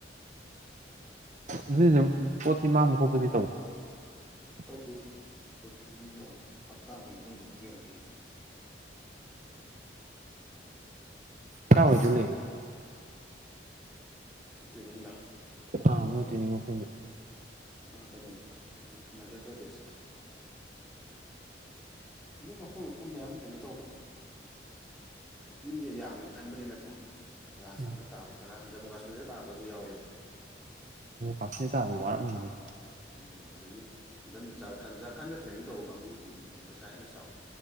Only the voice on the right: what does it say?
ꯑꯗꯨ ꯑꯗꯨ ꯄꯣꯠꯇꯤ ꯃꯥ ꯃꯈꯨ ꯈꯕꯨꯗꯤ ꯇꯧ
ꯀꯥ ꯍꯁꯨ ꯂꯩ ꯂ <inaudible>
ꯑꯥ ꯃꯣꯏꯇꯣꯏꯅꯤ ꯃ ꯐꯗꯦ
ꯎꯝ
ꯑ ꯐꯅꯤꯗ ꯋꯥꯔꯝꯅꯤ